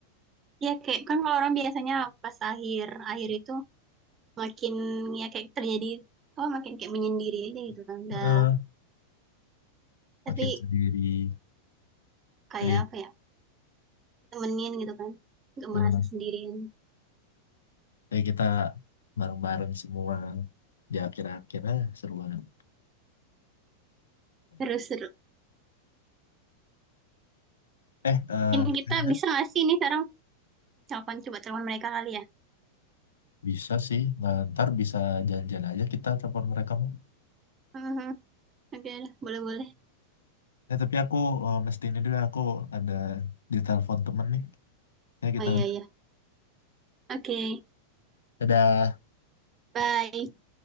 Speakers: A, on the right; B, on the left.
A: ya kayak kan kalau orang biasanya pas akhir akhir itu makin ya kayak terjadi oh makin kayak menyendiri aja gitu kan udah
B: Heeh,
A: tapi
B: makin sendiri
A: kayak
B: jadi
A: apa ya temenin gitu kan nggak
B: eh,
A: merasa sendirian
B: jadi kita bareng-bareng semua di akhir-akhirnya seru banget
A: terus seru
B: <clears throat> eh eh
A: mungkin kita bisa nggak sih ini sekarang telepon coba telepon mereka kali ya
B: Bisa sih, nah, ntar bisa janjian aja kita telepon mereka mau.
A: Mhm. oke boleh boleh
B: Ya, tapi aku eh, mesti ini dulu, aku ada di telepon temen nih. Ya, kita
A: oh iya
B: udah.
A: iya oke
B: Dadah.
A: bye